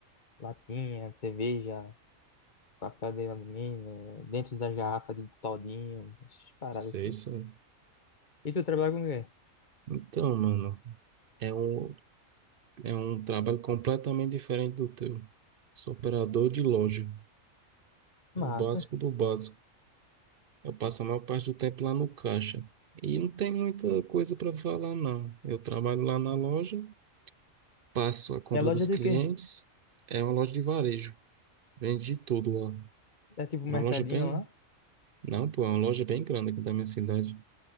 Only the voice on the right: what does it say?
Sei,
isso aí.
Então, mano, é um, é um trabalho completamente diferente do teu. Sou operador de loja,
o básico do básico. Eu passo a maior parte do tempo lá no caixa. E não tem muita coisa para falar, não. Eu trabalho lá na loja Faço a compra
dos
clientes.
É uma loja de varejo. Vende de tudo lá.
É
uma loja bem.
Não, pô, é uma loja bem grande aqui da minha cidade.